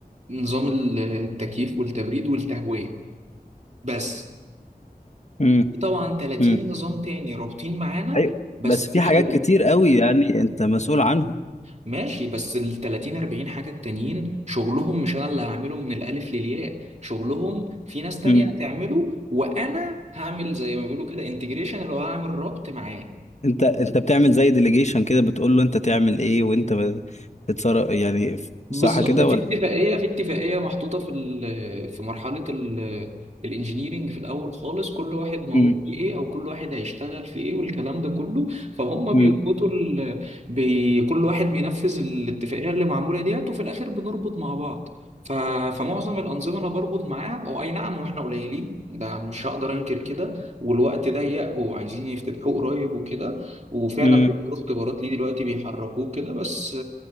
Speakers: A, on the right; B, on the left.
A: نظام ال- التكييف والتبريد والتهوية بس
B: مم.
A: طبعا 30
B: مم.
A: نظام تاني رابطين معانا
B: ايوه
A: بس
B: بس في
A: مش
B: حاجات
A: شغل
B: كتير قوي يعني انت مسؤول عنهم
A: ماشي بس ال 30 40 حاجة التانيين شغلهم مش انا اللي هعمله من الالف للياء شغلهم في ناس تانية
B: امم
A: هتعمله وانا هعمل زي ما بيقولوا كده انتجريشن اللي هو هعمل ربط معاه
B: انت انت بتعمل زي ديليجيشن كده بتقول له انت تعمل ايه وانت بتتصرف يعني
A: بالظبط
B: صح كده
A: في
B: ولا
A: اتفاقيه في اتفاقيه محطوطه في ال- في مرحله ال- الانجينيرينج في الاول خالص كل واحد منوط
B: امم
A: في ايه او كل واحد هيشتغل في ايه والكلام ده كله فهم بيربطوا
B: امم
A: ال... بي... كل واحد بينفذ الاتفاقيه اللي معموله ديت وفي الاخر بنربط مع بعض ف... فمعظم الانظمه انا بربط معاها او اي نعم واحنا قليلين ده مش هقدر انكر كده والوقت ضيق وعايزين يفتتحوه قريب وكده وفعلا
B: امم
A: بيجروا اختبارات ليه دلوقتي بيحركوه كده بس